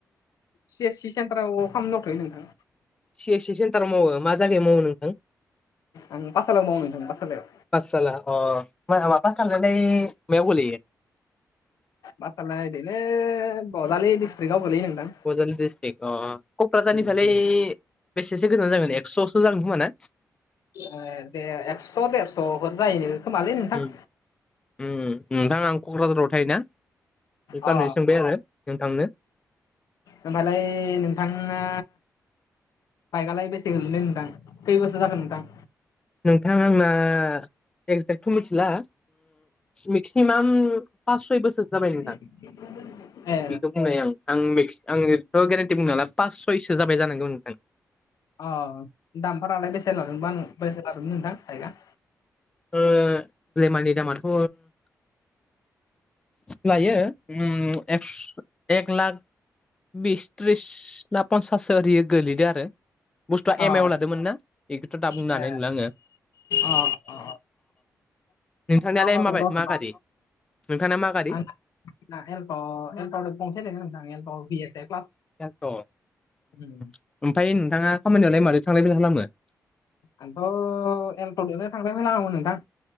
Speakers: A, on the left; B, on the left.
A: सि एस सि सेन्टाराव खालामामनो दंथयो नोंथां
B: सि एस सि सेन्टाराव मावो मा जायगायाव मावो नोंथां
A: आं पाठसालायाव मावो नोंथां पाठसालायाव
B: <inaudible> माबा स मायाव गोलैयो
A: बासालाय दिलै बजालि डिस्ट्रिकआव गोलैयो नोंथां
B: बज्रालि डिस्ट्रिक्ट अ क'क्राझारनिफ्रायालाय
A: ओ
B: बेसेसो गोजान जागोन एकस'सो जागोन खोमा ना
A: एक्स' देरस'फोर जायो खोमालै नोंथां।
B: उम नोंथां आं। क'क्राझाराव थायोना बे गारनो
A: अ
B: सोंबाय आरो नोंथांनो।
A: ओ भा <unintelligible> लाय न नोंथाङा बाइकआलाय बेसे गोलैनाय नोंथां खै बोसोर जागोन नोंथां।
B: नोंथां आंना एक्जेक्थ' मिथिला मेक्सिमाम पास सय बोसोर
A: <inaudible>
B: जाबाय नोंथां
A: ए
B: बेखौ बुंनाय आं आं मक् आंोथ' गेरेन्टि बुं नाय पास सयसो जाबाय जानांगौ नोंथां <unintelligible>
A: अ दामफोरालाय बेसे लादोंबा बेसे लादोंमोन नोंथां बायगा।
B: <unintelligible> दामाथ' लायो उम ए लाख बिस थिस ना पन्साससो ओरियो गोलैदों आरो बुस्थुआ
A: अ
B: एम आइ आव लादोंमोन ना। बेखौथ' दा बुंनो
A: ए
B: हानाय नला आङो
A: अ अ
B: नोंथांनिलाय
A: टाउनाव
B: माबाय
A: दं र' नोंथां
B: मा गारि नोंथांनि मा गारि
A: आं ना एलट एलट पसायदों नोंथां एलट भि प्लास
B: थ'
A: उम
B: ओमफ्राय नोंथाङा खामानियावलाय मारै थांलाय-फैलाय खालामो।
A: आंथ' एलटजोंनो थांलाय फैलाय खालामो नोंथां।